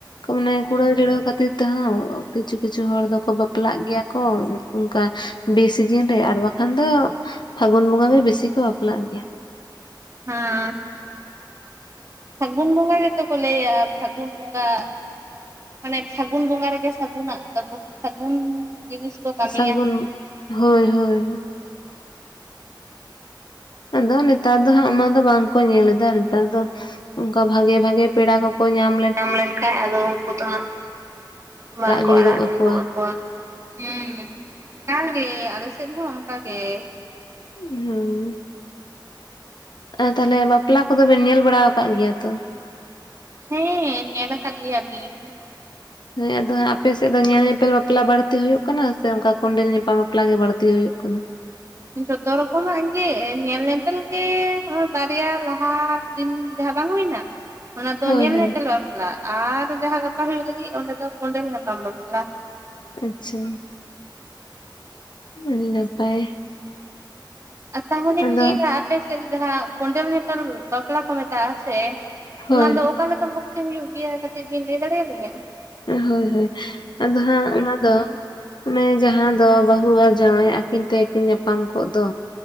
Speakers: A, on the left; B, on the right.
A: ᱢᱟᱱᱮ ᱠᱩᱲᱟᱹᱣ ᱡᱩᱲᱟᱹᱣ ᱠᱷᱟᱹᱛᱤᱨ ᱛᱮᱦᱚᱸ ᱠᱤᱪᱷᱩ ᱠᱤᱪᱷᱩ ᱦᱚᱲ ᱫᱚᱠᱚ ᱵᱟᱯᱞᱟᱜ ᱜᱮᱭᱟ ᱠᱚ ᱾ ᱚᱱᱠᱟ ᱵᱮ ᱥᱤᱡᱤᱱ ᱨᱮ ᱟᱨ ᱵᱟᱠᱷᱟᱱ ᱫᱚ ᱯᱷᱟᱹᱜᱩᱱ ᱵᱚᱸᱜᱟ ᱜᱮ ᱵᱮᱥᱤ ᱠᱚ ᱵᱟᱯᱞᱟᱜ ᱜᱮᱭᱟ ᱾
B: ᱦᱟᱸ ᱯᱷᱟᱜᱩᱱ ᱵᱚᱸᱜᱟ ᱜᱮᱛᱚ ᱠᱚ ᱞᱟᱹᱭᱟ ᱾ ᱠᱷᱟᱹᱜᱩᱱ ᱵᱚᱸᱜᱟ ᱢᱟᱱᱮ ᱥᱟᱹᱜᱩᱱ ᱵᱚᱸᱜᱟ ᱨᱮᱜᱮ ᱥᱟᱹᱜᱩᱱᱟᱜ ᱛᱟᱠᱚ ᱥᱟᱹᱜᱩᱱ ᱡᱤᱱᱤᱥ ᱠᱚ ᱠᱟᱹᱢᱤᱭᱟ
A: ᱥᱟᱹᱜᱩᱱ ᱦᱳᱭ ᱦᱳᱭ ᱟᱫᱚ ᱱᱮᱛᱟᱨ ᱫᱚ ᱦᱟᱸᱜ ᱚᱱᱟ ᱫᱚ ᱵᱟᱝ ᱠᱚ ᱧᱮᱞ ᱮᱫᱟ ᱱᱮᱛᱟᱨ ᱫᱚ ᱾ ᱚᱱᱠᱟ ᱵᱷᱟᱜᱮ ᱵᱷᱟᱜᱮ ᱯᱮᱲᱟ ᱠᱚᱠᱚ ᱧᱟᱢ
B: ᱧᱟᱢ ᱞᱮᱱᱠᱷᱟᱱ ᱟᱫᱚ ᱩᱱᱠᱩ ᱫᱚ ᱦᱟᱸᱜ ᱵᱟᱝᱠᱚ
A: ᱜᱤᱰᱤ
B: ᱟᱲᱟᱜ
A: ᱜᱚᱫ
B: ᱜᱤᱲᱤ
A: ᱠᱟᱠᱚᱣᱟ
B: ᱜᱚᱜ ᱟᱠᱚᱣᱟ ᱾ ᱦᱩᱸ, ᱚᱱᱠᱟᱜᱮ ᱟᱞᱮ ᱥᱮᱫ ᱦᱚᱸ ᱚᱱᱠᱟ ᱜᱮ ᱾
A: ᱵᱷᱟᱹᱭ ᱟᱨ ᱛᱟᱦᱚᱞᱮ ᱵᱟᱯᱞᱟ ᱠᱚᱫᱚ ᱵᱮᱱ ᱧᱮᱞ ᱵᱟᱲᱟ ᱟᱠᱟᱫ ᱜᱮᱭᱟ ᱛᱚ?
B: ᱦᱮᱸ, ᱧᱮᱞ ᱟᱠᱟᱫ ᱜᱮᱭᱟᱞᱤᱧ ᱾
A: ᱦᱮᱸ, ᱟᱫᱚ ᱦᱟᱸᱜ ᱟᱯᱮ ᱥᱮᱫ ᱫᱚ ᱧᱮᱞ ᱧᱮᱯᱮᱞ ᱵᱟᱯᱞᱟ ᱵᱟᱹᱲᱛᱤ ᱦᱩᱭᱩᱜ ᱠᱟᱱᱟ, ᱥᱮ ᱚᱱᱠᱟ ᱠᱚᱸᱰᱮᱞ ᱧᱮᱯᱮᱞ ᱵᱟᱯᱞᱟ ᱜᱮ ᱵᱟᱹᱲᱛᱤ ᱦᱩᱭᱩᱜ ᱠᱟᱱᱟ ᱾
B: ᱡᱷᱚᱛᱚ ᱨᱚᱠᱚᱢᱟᱜ ᱜᱮ ᱧᱮᱞ ᱧᱮᱯᱮᱞ ᱜᱮ ᱱᱚᱜᱚᱭ ᱵᱟᱨᱭᱟ ᱞᱟᱦᱟ ᱫᱤᱱ ᱡᱟᱦᱟᱸ ᱵᱟᱝ ᱦᱩᱭᱱᱟ ᱚᱱᱟ ᱫᱚ
A: ᱦᱳᱭ
B: ᱧᱮᱞ
A: ᱦᱳᱭ
B: ᱧᱮᱯᱮᱞ ᱵᱟᱯᱞᱟ ᱵᱟᱯᱞᱟ ᱟᱨ ᱡᱟᱦᱟᱸ ᱜᱟᱯᱟ ᱦᱩᱭᱩᱜ ᱞᱟᱹᱜᱤᱫ ᱚᱸᱰᱮ ᱫᱚ ᱠᱚᱸᱰᱮᱞ ᱧᱟᱯᱟᱢ ᱵᱟᱯᱞᱟ ᱾
A: ᱟᱪᱪᱷᱟ ᱟᱹᱰᱤ ᱱᱟᱯᱟᱭ
B: ᱛᱟᱦᱚᱞᱮᱧ
A: ᱟᱫᱚ
B: ᱞᱟᱹᱭᱮᱫᱟ ᱟᱯᱮ ᱥᱮᱫ ᱡᱟᱦᱟᱸ ᱠᱚᱸᱰᱮᱞ ᱧᱮᱯᱮᱞ ᱵᱟᱯᱞᱟ ᱠᱚ ᱢᱮᱛᱟᱜ-ᱟ ᱥᱮ
A: ᱦᱳᱭ
B: ᱚᱱᱟ ᱫᱚ ᱚᱠᱟᱞᱮᱠᱟ ᱵᱷᱟᱵᱛᱮ ᱦᱩᱭᱩᱜ ᱜᱮᱭᱟ ᱠᱟᱹᱴᱤᱡ ᱵᱤᱱ ᱞᱟᱹᱭ ᱫᱟᱲᱮᱭᱟᱞᱤᱧᱟ
A: ᱦᱳᱭ ᱦᱳᱭ ᱟᱫᱚ ᱦᱟᱸᱜ ᱚᱱᱟ ᱫᱚ ᱚᱱᱮ ᱡᱟᱦᱟᱸ ᱫᱚ ᱵᱟᱹᱦᱩ ᱟᱨ ᱡᱟᱶᱟᱭ ᱟᱹᱠᱤᱱ ᱛᱮᱠᱤᱱ ᱧᱟᱯᱟᱢ ᱠᱚᱜ ᱫᱚ